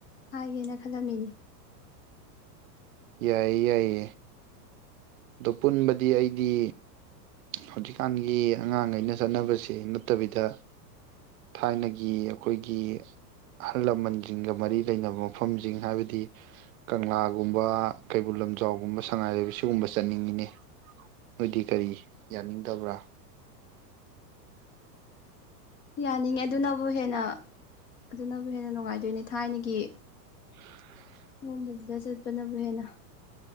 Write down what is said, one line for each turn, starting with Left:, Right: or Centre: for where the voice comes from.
Left: ꯍꯥꯏꯒꯦꯅ ꯈꯜꯂꯝꯃꯤꯅꯤ
Right: ꯌꯥꯏꯌꯦ ꯌꯥꯏꯌꯦ ꯑꯗꯣ ꯄꯨꯟꯕꯗꯤ ꯑꯩꯗꯤ ꯍꯧꯖꯤꯛꯀꯥꯟꯒꯤ ꯑꯉꯥꯡꯈꯩꯅ ꯆꯠꯅꯕꯁ‌ꯦ ꯅꯠꯇꯕꯤꯗ ꯊꯥꯏꯅꯒꯤ ꯑꯩꯈꯣꯏꯒꯤ ꯑꯍꯜ ꯂꯃꯟꯁꯤꯡꯒ ꯃꯔꯤ ꯂꯩꯅꯕ ꯃꯐꯝꯁꯤꯡ ꯍꯥꯏꯕꯗꯤ ꯀꯪꯂꯥꯒꯨꯝꯕ ꯀꯩꯕꯨꯜ ꯂꯝꯖꯥꯎꯒꯨꯝꯕ ꯁꯉꯥꯏ ꯂꯩꯕ ꯁꯤꯒꯨꯝꯕꯁꯦ ꯆꯠꯅꯤꯡꯉꯤꯅꯦ ꯅꯣꯏꯗꯤ ꯀꯔꯤ ꯌꯥꯅꯤꯡꯗꯕ꯭ꯔꯥ
Left: ꯌꯥꯅꯤꯡꯉꯦ ꯑꯗꯨꯅꯕꯨ ꯍꯦꯟꯅ ꯑꯗꯨꯅꯕꯨ ꯍꯦꯟꯅ ꯅꯨꯡꯉꯥꯏꯗꯣꯏꯅꯦ ꯊꯥꯏꯅꯒꯤ
Right: <inaudible>
Left: ꯒꯨꯝꯕꯁꯤꯗ ꯆꯠꯄꯅꯕꯨ ꯍꯦꯟꯅ